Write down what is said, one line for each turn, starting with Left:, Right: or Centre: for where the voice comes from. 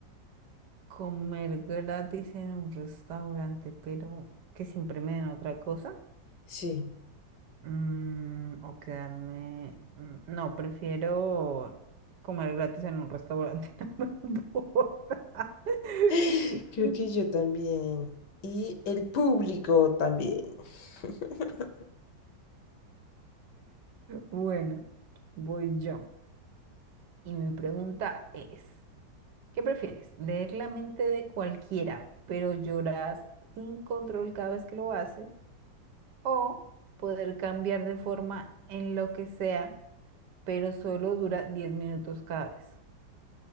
Right: Comer gratis en un restaurante, pero que siempre me den otra cosa.
Left: Sí,
Right: Mm, o quedarme... mm, No, prefiero comer gratis en un restaurante, <laughs> no me importa. <laughs>
Left: <gasps> creo que yo también. Y el público también. <laughs>
Right: Bueno, voy yo. Y mi pregunta es... ¿Qué prefieres? ¿Leer la mente de cualquiera, pero lloras sin control cada vez que lo haces? ¿O poder cambiar de forma en lo que sea, pero solo dura 10 minutos cada vez?